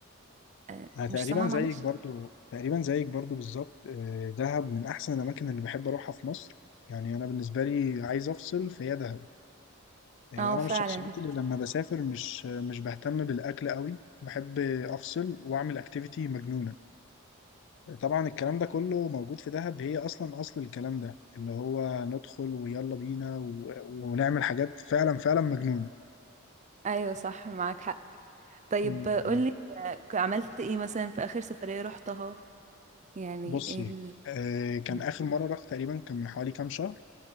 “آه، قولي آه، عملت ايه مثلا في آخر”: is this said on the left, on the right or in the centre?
Right